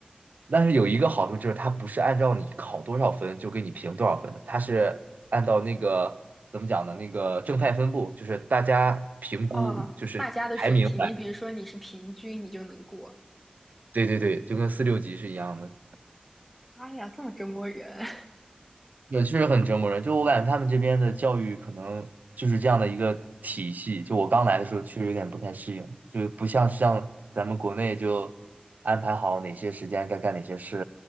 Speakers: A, on the right (about 70°); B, in the centre.
A: 但是有一个好处就是它不是按照你考多少分就给你评多少分的，它是按照那个怎么讲呢？那个正态分布，就是大家评估就是排名来。
B: 啊，大家的水平，你比如说你是平均，你就能过。
A: 对对对，就跟四六级是一样的。
B: 哎呀，这么折磨人！
A: 也确实很折磨人。就我感觉他们这边的教育可能就是这样的一个体系。就我刚来的时候，确实有点不太适应，就不像像咱们国内就安排好哪些时间该干哪些事，